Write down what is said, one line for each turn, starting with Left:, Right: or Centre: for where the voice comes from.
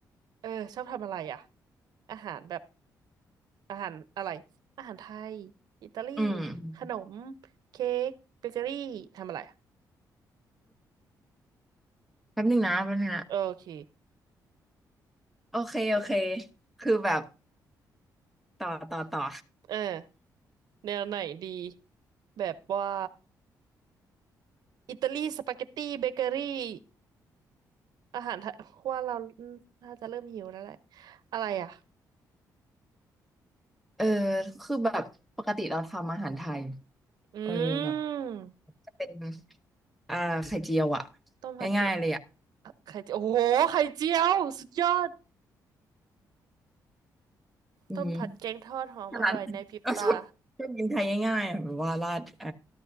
Right: เออชอบทำอะไรอ่ะอาหารแบบอาหารอะไรอาหารไทยอิตาลี
Centre: อืม
Right: ขนมเค้กเบเกอรี่ทำอะไรอะ
Centre: แป๊บนึงนะแป๊บนึงนะ
Right: โอเค
Centre: โอเคโอเคคือแบบต่อต่อต่อ
Right: เออแนวไหนดีแบบว่าอิตาลีสปาเกตตี้เบเกอรี่อาหารไทยว่าเราน่าจะเริ่มหิวแล้วแหละอะไรอ่ะ
Centre: <laughs> เออคือแบบปกติเราทำอาหารไทย
Right: อื
Centre: เออแบบ
Right: ม
Centre: จะเป็น อ่าไข่เจียวอ่ะ
Right: ต้มผัดแกง
Centre: ง่ายๆเลยอ่ะ
Right: ไข่เจียวโอ้โหไข่เจียวสุดยอด
Centre: อืม
Right: ต้มผัดแกงทอดหอมอร่อยในพริบตา
Centre: แค่นั้น <laughs> ก็ชอบชอบกินไทยง่ายๆอะแบบว่าราดอ่ะ